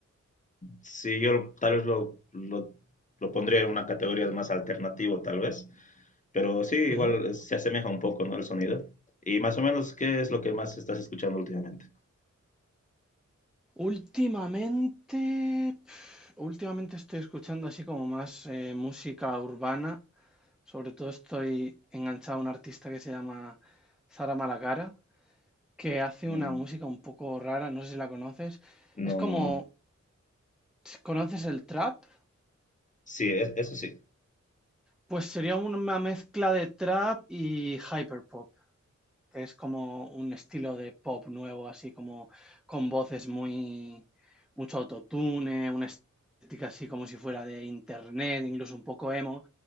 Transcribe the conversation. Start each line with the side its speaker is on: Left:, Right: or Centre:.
Left: Sí, yo tal vez lo, lo, lo pondría en una categoría de más alternativo, tal vez. Pero sí, igual
Centre: Ujú.
Left: eh, se asemeja un poco, ¿no? El sonido. Y más o menos, ¿qué es lo que más estás escuchando últimamente?
Centre: Últimamente, pf, últimamente estoy escuchando así como más eh, música urbana. Sobre todo estoy enganchado a un artista que se llama Sara Malacara, que hace
Left: Mm,
Centre: una música un poco rara, no sé si la conoces.
Left: no,
Centre: Es como,
Left: no, no.
Centre: ¿conoces el trap?
Left: Sí, es- eso sí.
Centre: Pues sería una mezcla de trap y hyperpop, que es como un estilo de pop nuevo, así como con voces muy, mucho autotune, una estética así como si fuera de internet, incluso un poco emo.